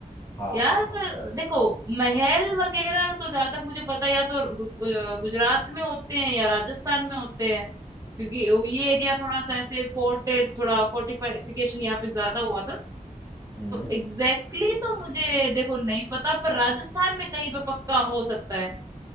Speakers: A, on the left; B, on the right.
A: हाँ
B: यार
A: हाँ हाँ
B: देखो महल वगैरह तो जहां तक मुझे पता है, या तो गु- गु- गुजरात में होते हैं या राजस्थान में होते हैं क्योंकि ये एरिया थोड़ा सा ऐसे फोर्टेड थोड़ा फोर्टिफिकेशन यहाँ पे ज्यादा हुआ था
A: हम्म
B: एग्जैक्टली exactly तो मुझे देखो नहीं पता पर राजस्थान में कहीं पे पक्का हो सकता है